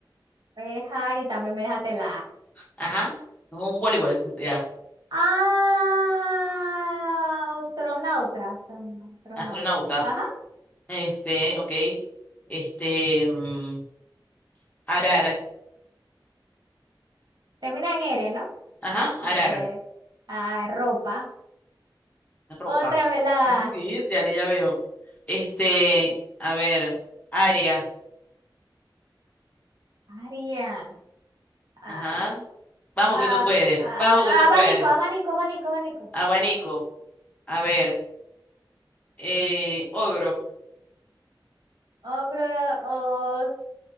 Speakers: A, on the right (about 55°); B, on the left (about 20°).
A: Ajá, y también me dejaste la A.
B: ajá, no, un voleibol, ya,
A: Ah, astronauta, astronauta. astronauta.
B: astronauta,
A: Ajá,
B: este, ok, este, mm, arar,
A: termina en R, ¿no?
B: ajá,
A: Hacer.
B: arar,
A: Ah, ropa.
B: ropa,
A: Otra vez la
B: <laughs> Sí,
A: A.
B: ya, le- ya veo. Este, a ver, área,
A: Aria. Ah,
B: ajá, vamos
A: ah,
B: que tú puedes,
A: ah,
B: vamos que tú
A: abanico,
B: puedes,
A: abanico, abanico, abanico.
B: abanico, a ver, eh, ogro,
A: Ogro, os,